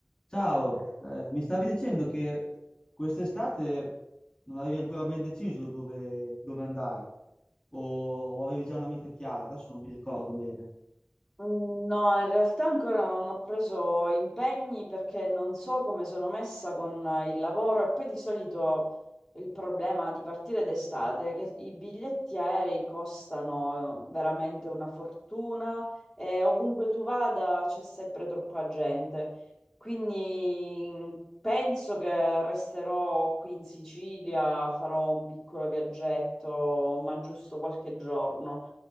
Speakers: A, on the left; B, in the centre.
A: Ciao, eh, mi stavi dicendo che quest'estate non avevi ancora ben deciso dove, dove andare o, o avevi già una meta chiara, adesso non mi ricordo bene.
B: Mm, No, in realtà ancora non ho preso impegni perché non so come sono messa con eh, il lavoro e poi di solito il problema di partire d'estate è che i biglietti aerei costano eh, veramente una fortuna e ovunque tu vada c'è sempre troppa gente. Quindi mm, penso che resterò qui in Sicilia, farò un piccolo viaggetto, ma giusto qualche giorno.